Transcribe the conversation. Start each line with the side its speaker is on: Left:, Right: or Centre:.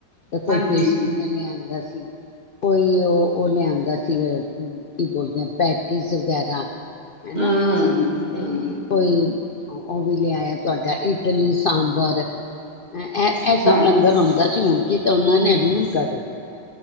Left: ਤੇ ਕੋਈ
Right: ਹਾਂਜੀ
Left: ਪੇਸਟਰੀਆਂ ਲਿਆਦਾ ਸੀ ਸੀ। ਕੋਈ ਉਹ ਉਹ ਲਿਆਂਦਾ ਸੀ, ਕੀ ਬੋਲਦੇ ਆਂ ਪੈਟੀਜ਼ ਵਗੈਰਾ ਹੈਨਾ,
Right: ਹਮ
Left: ਤੇ
Right: ਹਮ
Left: ਕੋਈ ਉਹ ਵੀ ਲਿਆਇਆ ਤੁਹਾਡੇ ਇਟਲੀ ਸਾਂਬਰ ਇਹ ਇਹ ਸਭ
Right: ਹਾਂ
Left: ਲੰਗਰ ਆਉਂਦਾ ਸੀ, ਹੁਣ ਤੀ ਕੇ ਉਹਨਾਂ ਨੇ ਰੂਲ ਕੱਢ ਦਿੱਤਾ।